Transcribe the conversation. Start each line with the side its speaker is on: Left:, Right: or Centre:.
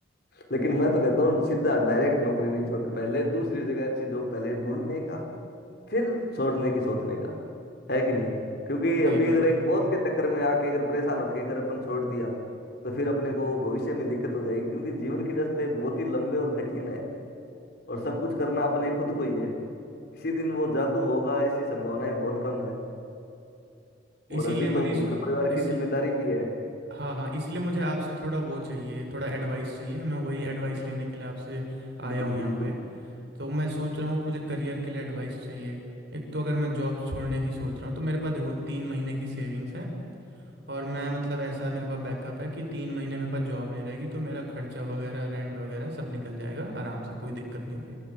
Left: लेकिन मैं तो कहता हूँ सीधा डायरेक्ट नौकरी नहीं छोड़ने पहले दूसरी जगह अच्छी जॉब पहले ढूंढने का फिर छोड़ने की सोचने का है कि नहीं क्योंकि
Right: सही
Left: अभी
Right: बात
Left: अगर एक
Right: है
Left: बॉस के चक्कर में आके अगर परेशान होके अगर अपन छोड़ दिया तो फिर अपने को भविष्य में दिक्कत हो जाएगी क्योंकि जीवन के रास्ते बहुत ही लंबे और कठिन है और सब कुछ करना अपने खुद को ही है किसी दिन वो जादू होगा ऐसी संभावनाएं बहुत कम है
Right: इसीलिए
Left: और अभी
Right: मनीष
Left: तो घर परिवार
Right: इस
Left: की जिम्मेदारी भी है
Right: हाँ हाँ इसलिए मुझे आपसे थोड़ा वो चाहिए थोड़ा एडवाइस चाहिए मैं वही एडवाइस लेने के लिए आपसे
Left: बिल्कुल
Right: आया हूँ यहाँ
Left: बिल्कुल
Right: पे तो मैं सोच रहा हूँ कि मुझे करियर के लिए एडवाइस चाहिए एक तो अगर मैं जॉब छोड़ने की सोच रहा हूँ तो मेरे पास देखो तीन महीने की सेविंग्स है और मैं मतलब ऐसा मेरे पास बैकअप है कि तीन महीने मेरे पास जॉब नहीं रहेगी तो मेरा खर्चा वगैरह रेंट वगैरह सब निकल जाएगा आराम से कोई दिक्कत नहीं होगी